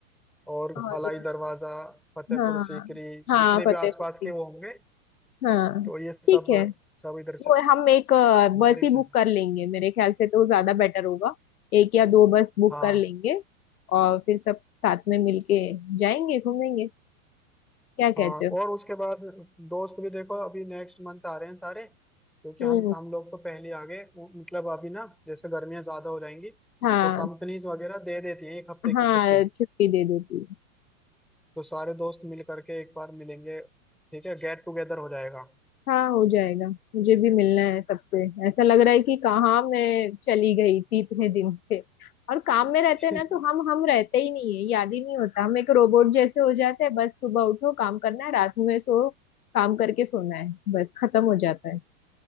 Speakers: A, in the centre; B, on the left.
A: और
B: और
A: अलाई दरवाजा फतेहपुर
B: हाँ
A: सीकरी
B: हाँ
A: जितने भी
B: फतेहपुर
A: आसपास
B: सीकरी,
A: के वो होंगे
B: हाँ
A: तो ये सब
B: ठीक है
A: सब इधर
B: वो
A: से
B: हम एक अ,
A: मेरे
B: बस ही
A: से
B: बुक कर लेंगे मेरे ख्याल से तो ज्यादा बेटर होगा एक या दो बस बुक
A: हाँ
B: कर लेंगे और फिर सब साथ में मिलके जाएंगे घूमेंगे क्या
A: हाँ
B: कहते हो
A: और उसके बाद दोस्त भी देखो अभी नेक्स्ट मंथ आ रहे हैं सारे क्योंकि
B: हम्म
A: हम हम लोग तो पहले आ गए वो- मतलब अभी ना जैसे गर्मियां ज्यादा हो जाएंगी
B: हाँ
A: तो कंपनीज वगैरह दे देती हैं एक हफ्ते की
B: हाँ
A: छुट्टी
B: छुट्टी दे देती
A: तो सारे दोस्त मिल करके एक बार मिलेंगे ठीक है गेट टुगेदर हो जाएगा
B: हाँ हो जाएगा मुझे भी मिलना है सबसे ऐसा लग रहा है कि कहाँ मैं चली गई थी इतने दिन से और काम में रहते
A: <laughs>
B: हैं ना तो हम हम रहते ही नहीं है याद ही नहीं होता हम एक रोबोट जैसे हो जाते हैं बस सुबह उठो काम करना है रात में सो काम करके सोना है बस खत्म हो जाता है